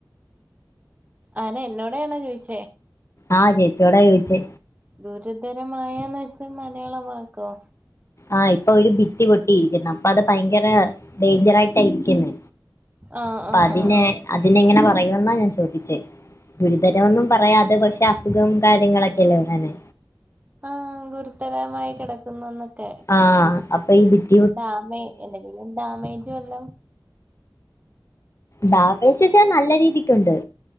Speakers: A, on the right; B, on the left.
A: അതെ എന്നോടയാണോ ചോയിചെ
B: ആഹ് ചേച്ചിയോടാ ചോയ്ച്ചേ
A: ഗുരുതരമായന്ന് വെച്ചാ മലയാളവാക്കോ
B: ആഹ് ഇപ്പൊ ഒരു ഭിത്തി പൊട്ടിയിരിക്കുന്നു അപ്പൊ അത് ഭയങ്കര ഡേഞ്ചറായിട്ടായിരിക്കുന്നെ
A: ആഹ്
B: അപ്പോ
A: ആഹ്
B: അതിനെ
A: ആഹ് ആഹ്
B: അതിനെ എങ്ങനെ പറയുവെന്നാ ഞാൻ ചോദിച്ചേ ഗുരുതരമൊന്നും
A: ഓഹ്
B: പറയാതെ പക്ഷെ അസുഖം കാര്യങ്ങളൊക്കെയല്ലെ വേറെ
A: ആഹ് ഗുരുതരമായി കിടക്കുന്നന്നൊക്കെ
B: ആഹ് അപ്പൊ ഇതിന്
A: ഡാമേ എന്തെങ്കിലും ഡാമേജും വല്ലോം
B: ഡാമേജ്വെച്ച നല്ല രീതിക്കുണ്ട്